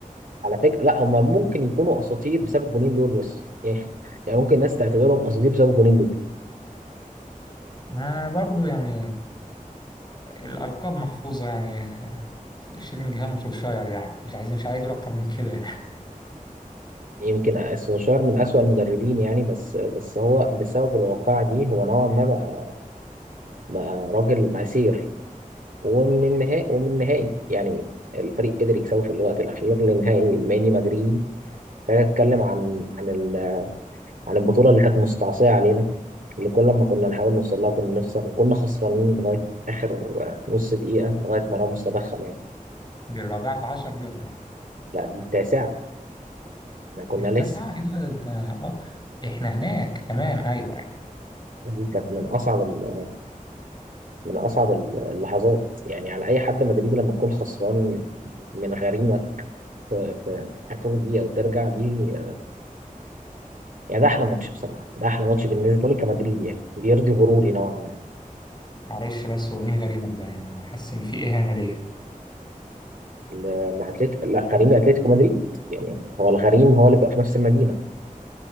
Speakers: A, on the right (about 70°); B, on the left (about 30°).
A: على فكرة لا هم ممكن يكونوا اساطير بسبب الجونين دول بس يعني <laughs> يعني ممكن الناس تعتبرهم اساطير بسبب الجونين دول
B: ما برضو يعني الالقاب محفوظه يعني آه، شيلينجهام وسولشاير يعني مش عايزين مش عايز اقول اكتر من كده يعني
A: يعني يمكن سولشاير من اسوأ المدربين يعني بس بس هو بسبب الواقعة دي هو نوعا ما بقى بقى راجل مسير ومن النهائي ومن النهائي يعني الفريق قدر يكسبه في الوقت الاخير لنهائي ماني مدريدي ده اتكلم عن عن ال... عن البطولة اللي كانت مستعصية علينا اللي كل ما كنا نحاول نوصل لها كنا نخسر وكنا خسرانين لغاية آخر نص دقيقة لغاية ما راموس تدخل يعني
B: <laughs> دي الرابعه عشر دي ولا ايه
A: لا دي التاسعة احنا كنا
B: دي التاسعه
A: لسه
B: ايه ده ده- اه احنا هناك تمام ايوه ايوه
A: دي كانت من اصعب ال- من اصعب ال- اللحظات يعني على اي حد مدريدي لما تكون خسران من غريمه في, في, في اخر دقيقه وترجع دي يعني ده احلى ماتش بصراحه ده احلى ماتش بالنسبه لي كمدريدي يعني بيرضي غروري نوعا ما
B: معلش بس هو مين غريمك ده يعني انا حاسس ان في اهانه ليا
A: الاتليتيكو لا غريمي اتلتيكو مدريد يعني هو الغريم هو اللي بيبقى في نفس المدينه